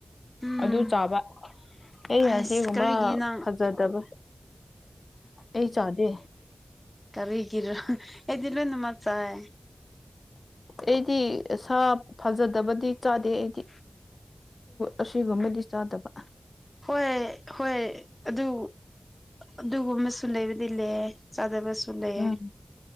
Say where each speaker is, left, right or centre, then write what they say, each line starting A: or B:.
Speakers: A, on the left; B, on the left.
A: ꯎꯝ
B: ꯑꯗꯨ ꯆꯥꯕ ꯑꯩꯅ
A: ꯑꯁ
B: ꯁꯤꯒꯨꯝꯕ
A: ꯀꯔꯤꯒꯤ ꯅꯪ
B: ꯐꯖꯗꯕ ꯑꯩ ꯆꯥꯗꯦ
A: ꯀꯔꯤꯒ꯭ꯤꯔꯥ ꯑꯩꯗꯤ ꯂꯣꯏꯅꯃꯛ ꯆꯥꯏ
B: ꯑꯩꯗꯤ ꯁꯥ ꯐꯖꯗꯕꯗꯤ ꯆꯥꯗꯦ ꯑꯩꯗꯤ ꯑꯁꯤꯒꯨꯝꯕꯗꯤ ꯆꯥꯗꯕ
A: ꯍꯣꯏ ꯍꯣꯏ ꯑꯗꯨ ꯑꯗꯨꯒꯨꯝꯕꯁꯨ ꯂꯩꯕꯗꯤ ꯂꯩ ꯆꯗꯕꯁꯨ ꯂꯩꯌꯦ
B: ꯎꯝ